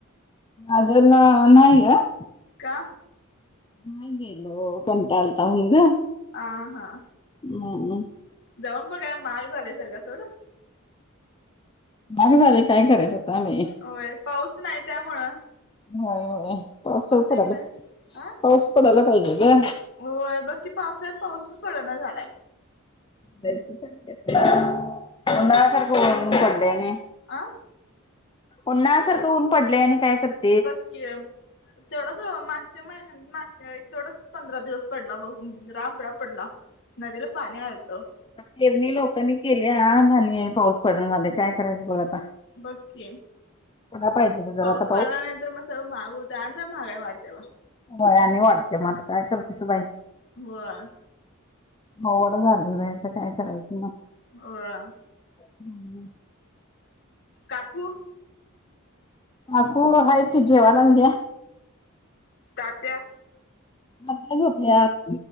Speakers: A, on the left; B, on the left.
A: अजून नाही गं.
B: का?
A: नाहि गेलो, कंटाळ आलता म्हणून गं,
B: आहा.
A: <unintelligible>
B: जाऊन पण काय, महाग झालंय सगळं सोडं.
A: आणि व्हालय काय करायच आता आम्ही?
B: होय, पाऊस नाही त्यामुळं.
A: होय, होय पाऊस पड पडायला,
B: एक नाही आ
A: पाऊस पडायला पाहिजे ग.
B: होय, बघकी पावसाळ्यात पाऊसच पडना झालाय.
A: तेच उन्हाळ्या सारखं ऊन पडलय आणि
B: आं
A: उन्हाळ्यासारखं ऊन पडलय आणि काय करती
B: बघकी गं, तेवढाच मागच्या महिन्यात मागच्या वेळी तेवढाच पंधरा दिवस पडला बघ, राबराब पडला, नदीला पाणी आलतं.
A: पेरणी लोकांनी केल्या, आणि पाऊस पडणा झालय, काय करायचं बघ आता?
B: बघकी.
A: पडायला पाहिजे ग जरा
B: पाऊस
A: आता
B: पडला नाही तर, मग सगळ महाग होतय, आणी जरा महागाई वाढत्या बगऽ
A: होय, आणि वाढत्या मग आता काय करतीस बाई?
B: होय.
A: आवगड झालय बाई आता काय करायचं मग?
B: होय.
A: हम्म.
B: काकू
A: काकु हाय की, जेवालागलोय.
B: तात्या?
A: तात्या झोपल्यात.